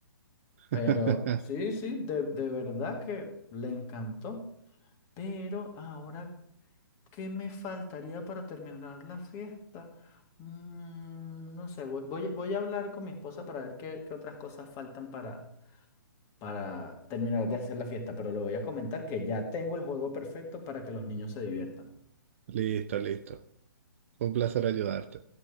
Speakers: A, on the right; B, on the left.
A: <laughs>
B: Pero sí, sí, de, de verdad que le encantó. Pero ahora, ¿qué me faltaría para terminar la fiesta? Mm, no sé, voy, voy, voy a hablar con mi esposa para ver qué, qué otras cosas faltan para, para terminar de hacer la fiesta. Pero le voy a comentar que ya tengo el juego perfecto para que los niños se diviertan.
A: Listo, listo. Fue un placer ayudarte.